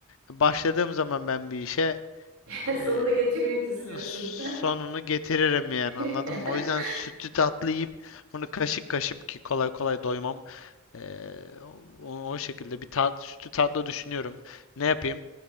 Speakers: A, on the left (about 65°); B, on the right (about 85°).
A: başladığım zaman ben bir işe
B: <laughs>
A: ee,
B: Sonuna getirmek istiyorsun.
A: sonunu getiririm yani
B: <laughs>
A: anladın mı? O yüzden sütlü tatlı yiyip bunu kaşık kaşık ki kolay kolay doymam. Ee, o, o şekilde bir tat, sütlü tatlı düşünüyorum. Ne yapayım?